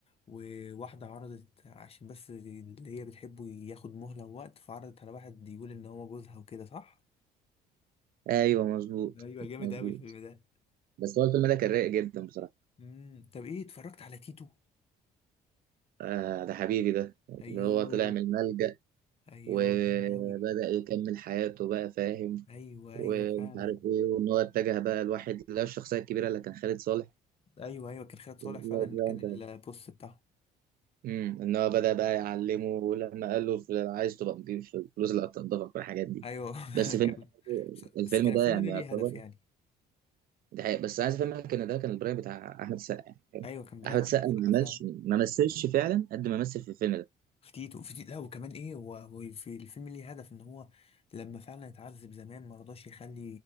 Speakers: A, on the left; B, on the right.
A: وواحدة عرضت عشان بس اللي هي بتحبه ياخد مهلة ووقت فعرضت على واحد يقول إن هو جوزها وكده صح؟
B: أيوه مظبوط
A: أيوة جامد
B: مظبوط
A: أوي الفيلم ده
B: بس هو الفيلم ده كان رايق جدا بصراحة
A: مم. طب إيه اتفرجت على تيتو؟
B: آه ده حبيبي ده
A: أيوه
B: اللي هو طلع من الملجأ
A: أيوه
B: وبدأ
A: جامد أوي
B: يكمل حياته بقى فاهم
A: أيوه
B: ومش
A: أيوه فعلا
B: عارف إيه وإن هو اتجه بقى لواحد اللي هو الشخصية الكبيرة اللي كان خالد صالح
A: أيوه أيوه كان خالد صالح
B: لا
A: فعلا
B: لا
A: كان
B: انت
A: البوست بتاعه
B: امم ان هو بدأ بقى يعلمه ولما قال له في- عايز تبقى نضيف في الفلوس اللي هتنضفك والحاجات دي
A: أيوه
B: بس فيلم
A: <laughs> كان- بس بس
B: الفيلم
A: كان
B: ده
A: الفيلم
B: يعني
A: ده
B: يعتبر
A: ليه هدف يعني
B: ده حقيقة بس عايز افهمك ان ده كان البرايم بتاع احمد السقا يعني
A: ايوه كان برايم
B: احمد
A: احمد
B: السقا
A: السقا
B: ما
A: فعلا
B: عملش ما مثلش فعلا قد ما مثل في الفيلم ده
A: في تيتو في تيتو لا وكمان ايه هو هو في الفيلم ليه هدف ان هو لما فعلا اتعذب زمان ما رضاش يخلي